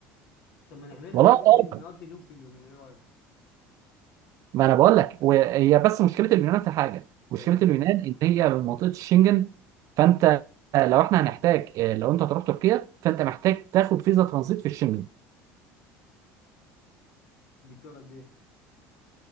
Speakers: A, on the left (about 75°); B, on the right (about 60°).
A: طب ما نعملها
B: والله
A: وننزل
B: أعلم.
A: نقضي اليوم في اليونان ايه رأيك
B: ما انا بقول لك وهي بس مشكله اليونان في حاجه مشكله
A: ايوه
B: اليونان ان هي من منطقه الشنجن فانت لو احنا هنحتاج آه، لو انت هتروح تركيا فانت محتاج تاخد فيزا ترانزيت في الشنجن
A: دي بتقعد قد ايه